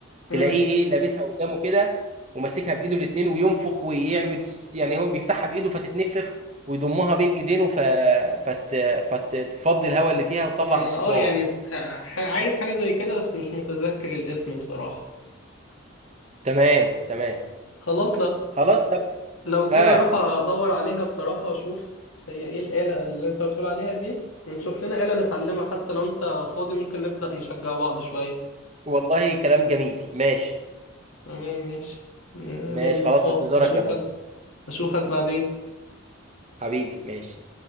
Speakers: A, on the left; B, on the right.
A: امم
B: تلاقيه ايه لابسها قدامه كده وماسكها بإيده الاتنين وينفخ ويعمل ف- يعني هو بيفتحها بإيده فتتنفخ ويضمها بين إيدينه ف... فت... فتفضي الهواء اللي فيها وتطلع
A: انا
B: أصوات
A: اه يعني ف- ح- عارف حاجة زي كده بس مش متذكر الاسم بصراحة
B: تمام تمام
A: خلاص لا
B: خلاص طب
A: لو كده
B: آه
A: اروح ادور عليها بصراحة واشوف هي ايه الآلة اللي انت بتقول عليها دي ونشوف لنا آلة نتعلمها حتى لو انت فاضي ممكن نبدأ نشجع بعض شوية
B: والله كلام جميل ماشي
A: تمام ماشي يلا
B: ماشي
A: اللقاء
B: خلاص في انتظارك
A: اشوفك
B: يا ريس
A: اشوفك بعدين
B: حبيبي ماشي